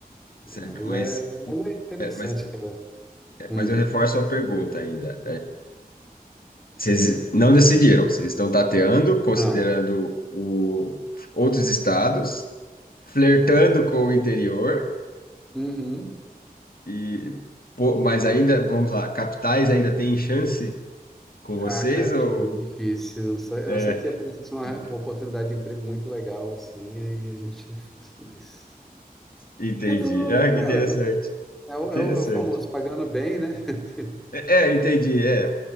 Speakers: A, on the left; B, in the centre.
A: Certo,
B: É, mas,
A: mas,
B: é, mas é interessante,
A: é, mas,
B: cara.
A: é,
B: Hum,
A: mas eu reforço a pergunta ainda. Vocês não decidiram, vocês estão tateando, considerando
B: não.
A: o, outros estados, flertando com o interior,
B: Uhum.
A: e, pô, mas ainda, vamos lá, capitais ainda tem chance com
B: Ah,
A: vocês
B: cara,
A: ou...
B: acho meio difícil. Não sei- A
A: É,
B: não ser que aparecesse uma,
A: <laughs>
B: uma oportunidade de emprego muito legal, assim, aí a gente fosse, mas.
A: entendi.
B: É tudo,
A: Ah,
B: cara,
A: que interessante,
B: é o,
A: interessante.
B: é o é o famoso pagando bem, né? <laughs>
A: É, é, entendi, é.